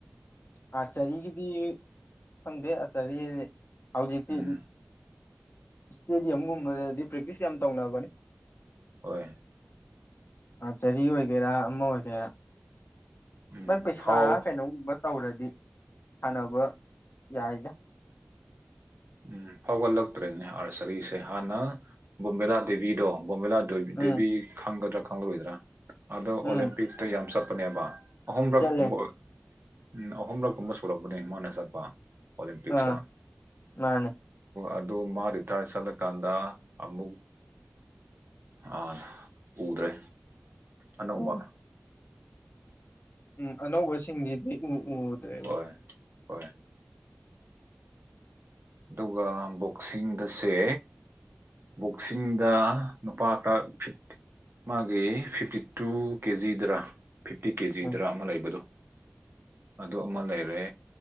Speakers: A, on the left; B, on the right.
A: ꯑꯥꯔꯆꯔꯤꯒꯤꯗꯤ ꯐꯪꯗꯦ ꯑꯥꯔꯆꯔꯤ ꯍꯧꯖꯤꯛꯇꯤ
B: ꯎꯝ
A: ꯏꯁꯇꯦꯗꯤꯌꯝꯒꯨꯝꯕꯗꯗꯤ ꯄ꯭ꯔꯦꯛꯇꯤꯁ ꯌꯥꯝ ꯇꯧꯅꯕꯅꯤ
B: ꯍꯣꯏ
A: ꯆꯍꯤ ꯑꯣꯏꯒꯦꯔꯥ ꯑꯃ ꯑꯣꯏꯒꯦꯔꯥ
B: ꯎꯝ
A: ꯃꯣꯏ ꯄꯩꯁꯥ
B: ꯐꯥꯎ
A: ꯀꯩꯅꯣꯒꯨꯝꯕ ꯇꯧꯔꯗꯤ ꯁꯥꯟꯅꯕ ꯌꯥꯏꯗ
B: ꯎꯝ ꯐꯥꯎꯒꯠꯂꯛꯇ꯭ꯔꯦꯅꯦ ꯑꯥꯔꯆꯔꯤꯁꯦ ꯍꯥꯟꯅ ꯕꯣꯝꯕꯂꯥ ꯗꯦꯕꯤꯗꯣ ꯕꯣꯝꯕꯤꯂꯥ ꯗꯦꯕꯤ
A: ꯎꯝ
B: ꯈꯪꯒꯗ꯭ꯔꯥ ꯈꯪꯒꯔꯣꯏꯗ꯭ꯔꯥ ꯑꯗꯣ ꯑꯣꯂꯦꯝꯄꯤꯇ
A: ꯎꯝ
B: ꯌꯥꯝ ꯆꯠꯄꯅꯦꯕ ꯑꯍꯨꯝꯔꯛ
A: ꯆꯠꯂꯦ
B: ꯀꯨꯝꯕ ꯎꯝ ꯑꯍꯨꯝꯔꯛ ꯀꯨꯝꯕ ꯁꯂꯛꯄꯅꯦ ꯃꯥꯅ ꯆꯠꯄ ꯑꯣꯂꯦꯝꯄꯤꯛꯁ
A: ꯑꯥ ꯃꯥꯅꯦ
B: ꯑꯗꯨ ꯃꯥ ꯔꯤꯇꯥꯌꯔ ꯆꯠꯂꯀꯥꯟꯗ ꯑꯃꯨꯛ ꯑ ꯎꯗ꯭ꯔꯦ ꯑꯅꯧꯕ
A: ꯎꯝ ꯎꯝ ꯑꯅꯧꯕꯁꯤꯡꯗꯤ ꯎ ꯎꯗ꯭ꯔꯦꯕꯣ
B: ꯍꯣꯏ ꯍꯣꯏ ꯑꯗꯨꯒ ꯕꯣꯛꯁꯤꯡꯗ ꯁꯦ ꯕꯣꯛꯁꯤꯡꯗ ꯅꯨꯄꯥ ꯈꯔ ꯐꯤꯠ ꯃꯥꯒꯤ ꯐꯤꯞꯇꯤ ꯇꯨ ꯀꯦꯖꯤꯗꯔꯥ ꯐꯤꯐꯇꯤ ꯀꯦꯖꯤꯗꯔ
A: ꯎꯝ
B: ꯑꯃ ꯂꯩꯕꯗꯣ ꯑꯗꯨ ꯑꯃ ꯂꯩꯔꯦ